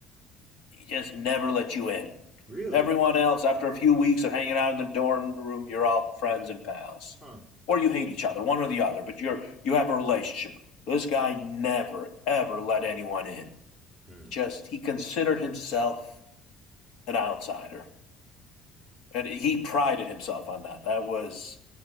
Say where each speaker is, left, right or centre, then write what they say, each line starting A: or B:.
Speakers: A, on the left; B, in the centre.
A: He just never let you in.
B: Really?
A: Everyone else, after a few weeks of hanging out in the dorm room, you're all friends and pals,
B: Huh.
A: or you hate each other, one or the other. But you're you have a relationship. This guy never ever let anyone in.
B: Hmm.
A: Just he considered himself an outsider. and he prided himself on that. That was